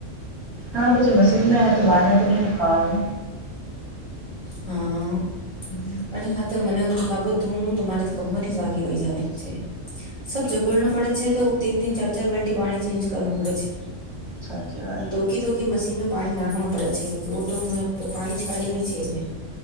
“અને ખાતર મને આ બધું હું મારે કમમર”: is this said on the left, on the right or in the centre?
Right